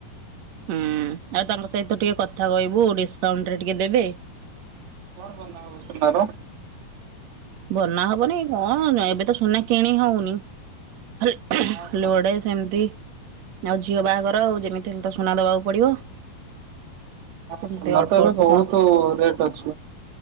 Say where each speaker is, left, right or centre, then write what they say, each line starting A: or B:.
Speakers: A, on the right; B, on the right.
A: ହୁଁ ଆଉ ତାଙ୍କ ସହିତ ଟିକେ କଥା କହିବୁ ଡିସକାଉଣ୍ଟ୍ ରେ ଟିକେ ଦେବେ।
B: କଣ ବନା ହବ ସୁନାର?
A: ବନା ହବନି କଣ ଏବେ ତ ସୁନା କିଣି ହଉନି ଖାଲି
B: ହଁ ସୁ
A: ଗୋଟେ ସେମିତି ଆଉ ଝିଅ ବାହାଘର ଆଉ ଯେମିତି ହେଲେ ତ ସୁନା ଦବାକୁ ପଡିବ।
B: ହଁ
A: ସେମିତି
B: ସୁନା
A: ଅଳ୍ପ
B: ତ ଏବେ
A: ଅଳ୍ପ
B: ବହୁତୁ
A: କଣ
B: ରେଟ୍ ଅଛି।